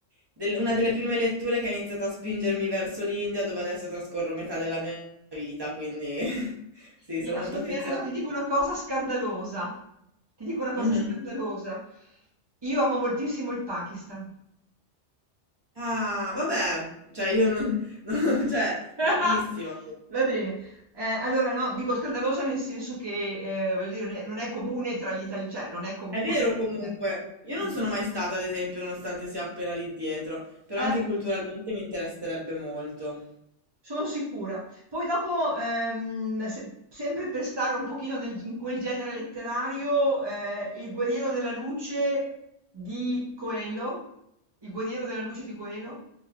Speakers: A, on the right (about 20°); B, on the right (about 40°).
A: del- una delle prime letture che ha iniziato a spingermi verso l'India, dove adesso trascorro metà della mia vita, quindi <laughs> sì,
B: I-
A: sono
B: Ascoltami,
A: molto affezionata.
B: adesso ti dico
A: a quello.
B: una cosa scandalosa. Ti dico una cosa
A: Mhm.
B: scandalosa.
A: <laughs>
B: Io amo moltissimo il Pakistan.
A: Ah, vabbè, cioè io non, <laughs> non- cioè,
B: <laughs>
A: bellissimo.
B: Va bene. Eh, allora, no, dico scandalosa nel senso che, eh, voglio dire, non è comune tra gli italiani, cioè non è comune.
A: È vero comunque,
B: ecco.
A: io non
B: Mm.
A: sono mai stata, ad esempio, nonostante sia appena lì dietro, però
B: Eh?
A: anche culturalmente mi interesserebbe molto.
B: Sono sicura. Poi dopo, ehm, se sempre per stare un pochino nel in quel genere letterario, ehm, Il guerriero della luce di Coelho, Il guerriero della luce di Coelho,